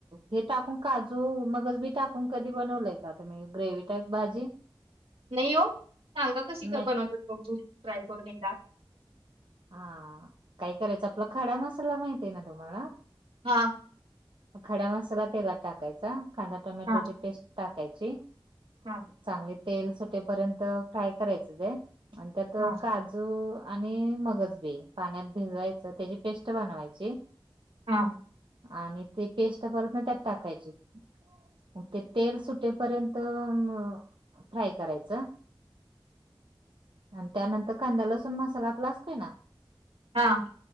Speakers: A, on the right (about 60°); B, on the right (about 80°).
A: हे टाकून काजू मगच बी टाकून कधी बनवलंय का तुम् ग्रेवी टाईप भाजी
B: नाही हो सांगा कस काय
A: नाही
B: बनवतात बघू ट्राय करून एकदा
A: हा काय करायचं आपला खाडा मसाला माहती आहे ना तुम्हाला
B: हा
A: खड्या मसाला तेलात टाकायचा कांदा टोमॅटोची
B: हा
A: पेस्ट टाकायची
B: हा
A: चांगले तेल सुटेपर्यंत फ्राय करायचंच आहे आणि त्यात
B: हा
A: काजू जू आणि मगज बी पाण्यात भिजवायच त्याची पेस्ट बनवायची
B: हा
A: आणि ते पेस्ट परत ना त्यात टाकायची मग ते तेल सुटेपर्यंत तर फ्राय करायचं आणि त्यानंतर कांदा लसून मसाला आपला असतय ना
B: हां